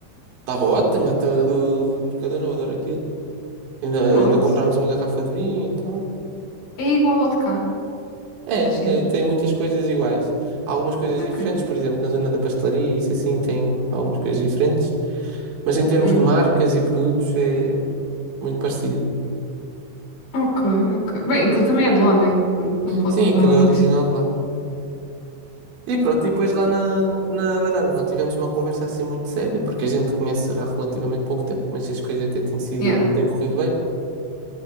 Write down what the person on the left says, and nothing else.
Pronto.
É igual ao de cá,
as cenas.
Ok.
Hum.
Ok, ok. Bem, aquilo também é de lá, né? Portanto, não pode
mudar
muito.
Yeah.